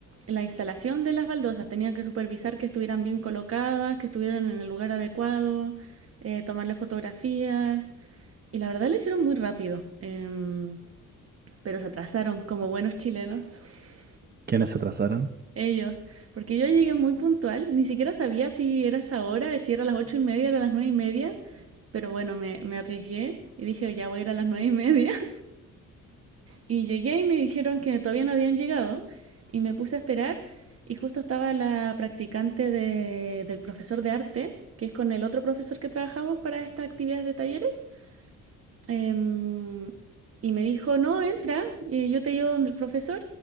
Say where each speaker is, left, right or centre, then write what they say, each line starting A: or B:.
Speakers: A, on the right (about 50°); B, on the right (about 35°).
A: la instalación de las baldosas. Tenía que supervisar que estuvieran bien colocadas, que estuvieran en el lugar adecuado, eh, tomarle fotografías. Y la verdad lo hicieron muy rápido. em, pero se atrasaron como buenos chilenos. <laughs>
B: ¿Quiénes se atrasaron?
A: Ellos, porque yo llegué muy puntual, ni siquiera sabía si era esa hora, si era a las ocho y media, era a las nueve y media, pero bueno, me, me arriesgué y dije, ya voy a ir a las nueve y media. <laughs> Y llegué y me dijeron que todavía no habían llegado y me puse a esperar y justo estaba la practicante de- del profesor de arte, que es con el otro profesor que trabajamos para estas actividades de talleres. Em, y me dijo, no, entra, eh, yo te llevo donde el profesor,